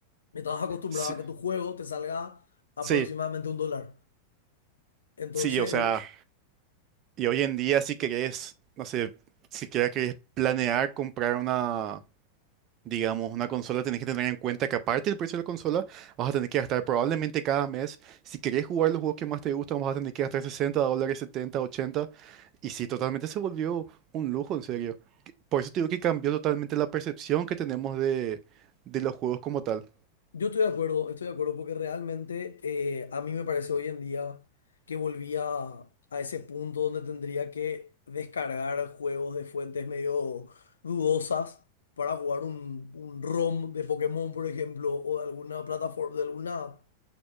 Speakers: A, on the left; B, on the right.
A: Estabas acostumbrado
B: Sí,
A: a que tu juego te salga aproximadamente
B: sí,
A: un dólar. Entonces,
B: sí, o sea,
A: eh,
B: Y hoy en día, si querés, no sé, si querés, querés planear comprar una, digamos, una consola, tenés que tener en cuenta que aparte del precio de la consola, vas a tener que gastar probablemente cada mes. Si querés jugar los juegos que más te gustan, vas a tener que gastar 60 dólares, setenta ochenta Y sí, totalmente se volvió un lujo, en serio. Que- Por eso te digo que cambió totalmente la percepción que tenemos de, de los juegos como tal.
A: yo estoy de acuerdo, estoy de acuerdo porque realmente eh, a mí me parece hoy en día que volvía a a ese punto donde tendría que descargar juegos de fuentes medio dudosas para jugar un, un ROM de Pokémon, por ejemplo, o de alguna plataforma, de alguna,